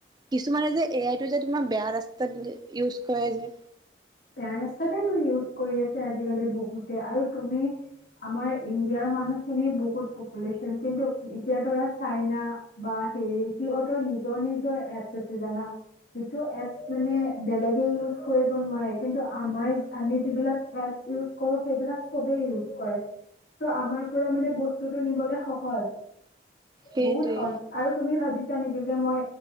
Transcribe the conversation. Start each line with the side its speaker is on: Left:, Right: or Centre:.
Right: কিছুমানে যে এ আইটো যে তোমাৰ বেয়া ৰাস্তাত ইউজ কৰে যে
Left: বেয়া ৰাস্তাতে টো ইউজ কৰি আছে আজিকালি বহুতে। আৰু তুমি আমাৰ ইণ্ডিয়াৰ মানুহখিনি বহুত পপুলেশ্যন কিন্তু এতিয়া ধৰা চাইনা বা হেৰি সিহঁতৰ নিজৰ নিজৰ এপচ আছে জানা যিটো এপছ মানে বেলেগে ইউজ কৰিব নোৱাৰে। কিন্তু আমাৰ আমি যিবিলাক এপছ ইউচ্ কৰোঁ, সেইবিলাক চৱেই ইয়ুজ কৰে। ত আমাৰ পৰা মানে বস্তুটো নিবলে সহজ।
Right: সেইটোৱে
Left: বহুত সহজ আৰু তুমি ভাবিছা নিকি যে মই